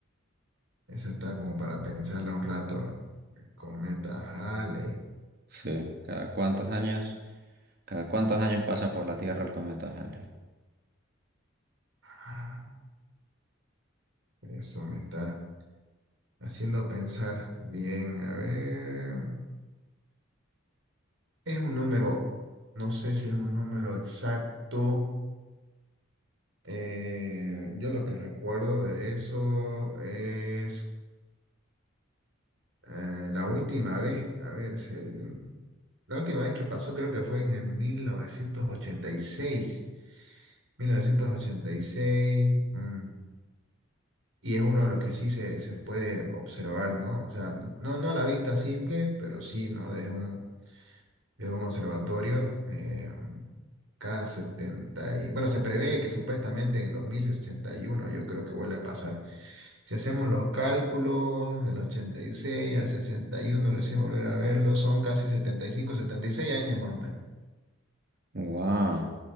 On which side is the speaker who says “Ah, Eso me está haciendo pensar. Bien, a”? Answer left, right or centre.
Right